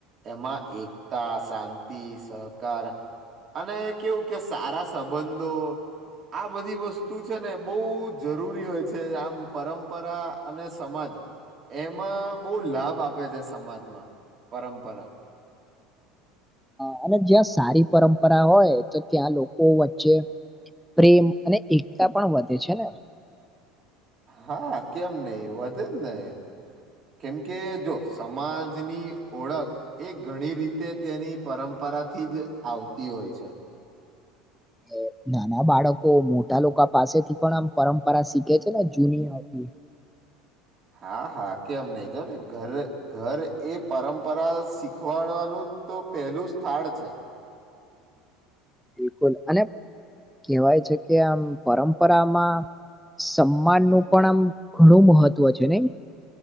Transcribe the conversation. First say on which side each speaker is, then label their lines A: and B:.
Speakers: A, on the right (about 40°); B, in the centre.
A: એમાં એકતા શાંતિ સ કાર અને કેવું કે સારા સંબંધો આ બધી વસ્તુ છે ને બહુ જરૂરી હોય છે આમ પરંપરા અને સમાજ એમાં બહુ લાભ આપે છે સમાજમાં પરંપરા
B: હ અને જ્યાં સારી પરંપરા હોય તો ત્યાં લોકો વચ્ચે પ્રેમ અને એકતા પણ વધે છે ને
A: હા કેમ નહી વધે જ ને કેમ કે જો સમાજની ઓળખ એ ઘણી રીતે તેની પરંપરા પરાથી જ આવતી હોય છે.
B: <unintelligible> નાના બાળકો મોટા લોકો પાસેથી પણ આમ પરંપરા શીખે છે ને જૂની હતી <unintelligible>
A: હા હા કેમ નહી જો ને ઘરે ઘર એ પરંપરાઓ શીખવાડવાનું જ તો પહેલું સ્થાળ છે.
B: બિલકુલ અને કેહેવાય છે કે આમ પરંપરામાં સન્માન નું પણ આમ ઘણું મહત્વ છે નઈ?